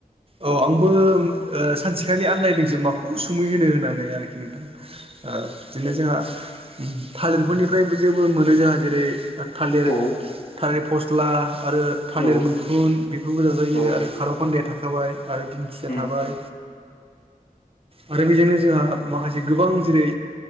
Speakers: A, on the right; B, on the left.
A: औ आंबो सानसेखालि आनलायदोंसो माखौ उसुमै होनो होननानै आरोखि नोंथां। ओ बिदिनो जोंहा थालिरफोरनिफ्राय जेबो मोनो जोंहा जेरै थालिर
B: ओ ओ
A: थालिर फस्ला आरो थालिर
B: ओ
A: मैखुन बेफोरबो जाजायो
B: औ
A: आरो खारौ खान्दाया थाखा बाय आरो दिंखिया
B: उम
A: थाबाय। आरो बेजोंनो जोंहा माखासे गोबां जेरै